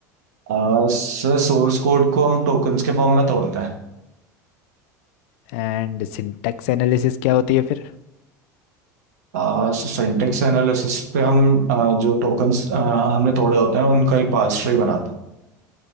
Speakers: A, on the right; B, on the left.
A: है सर सोर्स कोड को हम टोकन्स के फॉर्म में तोड़ते
B: एंड सिंटैक्स एनालिसिस क्या होती है फिर
A: हैं सो सिंटेक्स एनालिसिस पे हम अ, जो टोकन्स हमने तोड़े होते हैं उनका एक पास ट्री बनाते हैं